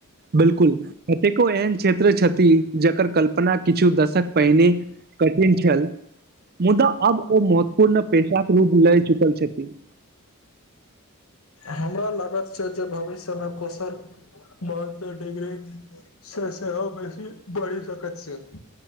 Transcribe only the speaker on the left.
हमरा लग! जे भविष्य मे कसल म डिग्री से सेहो बेसी बढ़ि सकैत छै।